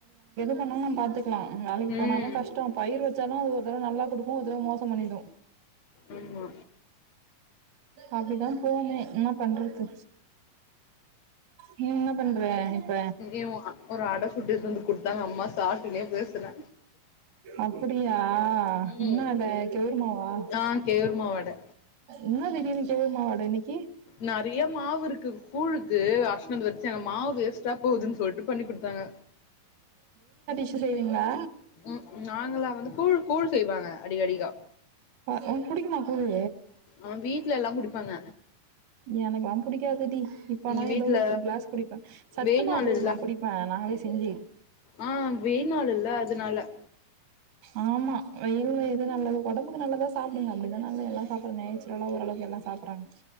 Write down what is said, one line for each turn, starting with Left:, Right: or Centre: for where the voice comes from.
Right: பண்ணவு நம்ம பாத்துக்கலா ம் வேலைக்கி
Left: ம்
Right: போனாலு கஷ்டோ பயிர் வ ச்சாலு ஒரு தடவ நல்லா குடுக்கு ஒரு தடவ மோசோ பண்ணிடு
Left: ஆமா
Right: அப்டிதா போவுமே என்னா பண்றது நீ என்ன பண்ற ன்ற
Left: இங்கயு ஒரு அட சுட்டு எடுத்துட்டு வந்து குடுத்தாங்க அம்மா சாப்ட்டுனே பேசுறே
Right: அப்பிடியா
Left: ம்
Right: என்ன அந்த கேருமாவா
Left: ஆ கேவுருமாவு அட
Right: என்ன திடீர்னு கேர்மாவு மாவு அட இன்னக்
Left: நெறைய மாவு இருக்கு கூழுக்கு அர்ச்சுனு வந்து வச்சே அந்த மாவு வேஸ்ட்டா போதுன்னு சொல்ட்டு பண்ணி் குடுத்தாங்க
Right: ச்சு செய்றீங்ளா
Left: ம் நாங்களா வந்து கூழ் கூழ் செய்வாங்க அடிக்கடிக்கா
Right: ஆ உனக்கு புடிக்குமா கூழு
Left: ஆனா வீ ட்ல எல்லா குடிப்பாங்க
Right: எனக்கல்லா புடிக்காதுடி இப்பனா
Left: இங்க வீட்ல
Right: எதோ ஒரு கிளாஸ் குடிப்பே சத்துமாவு
Left: வெயில் நாள் இல்ல
Right: நா குடிப்பே நாங்களே செஞ்சி
Left: ஆ வெயில் நாளு இல்ல அதனால
Right: ஆமா வெயில்ல எது நல்லது ஒடம்புக்கு நல்லதா சாப்டுங்க அப்டிதா நால்லா எல்லா சாப்பட்றே நேச்சுரலா ஓரளவுக்கு எல்லா சாப்பட்றாங்க